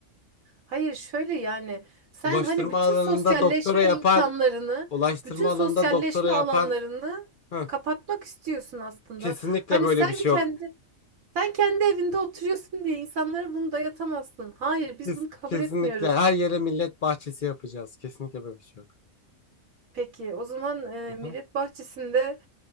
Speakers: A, on the right; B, on the left.
A: hayır şöyle yani sen
B: ulaştırma
A: hani bütün
B: alanında
A: sosyalleşme
B: doktora yapan,
A: imkanlarını,
B: ulaştırma
A: bütün
B: alanında
A: sosyalleşme
B: doktora yapan,
A: alanlarını
B: Heh,
A: kapatmak istiyorsun aslında.
B: kesinlikle
A: Hani
B: böyle
A: sen
B: bir şey
A: kendi
B: yok.
A: sen kendi evinde oturuyorsun diye insanlara bunu dayatamazsın. Hayır, biz
B: Kes-
A: bunu kabul
B: kesinlikle
A: etmiyoruz.
B: her yere millet bahçesi yapacağız. Kesinlikle böyle bir şey yok.
A: Peki o zaman e,
B: Aha.
A: Millet Bahçesi'nde